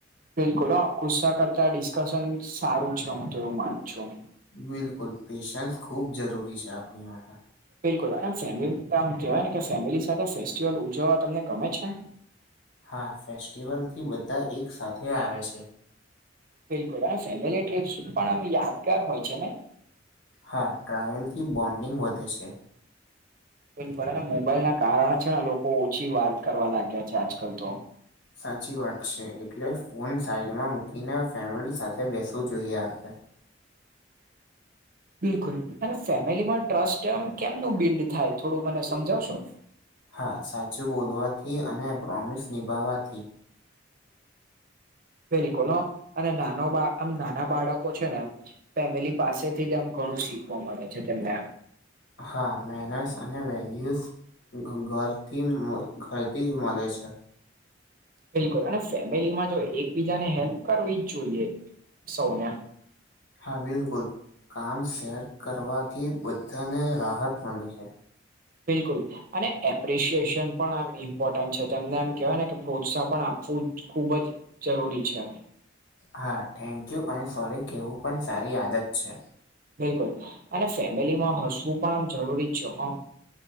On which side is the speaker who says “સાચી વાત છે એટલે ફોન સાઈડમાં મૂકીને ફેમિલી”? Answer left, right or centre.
Left